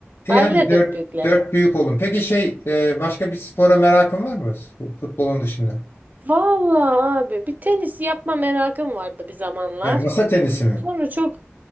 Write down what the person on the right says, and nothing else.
Hala
dört büyükler.
Vallahi abi bir tenis yapma merakım vardı bir zamanlar.
Sonra çok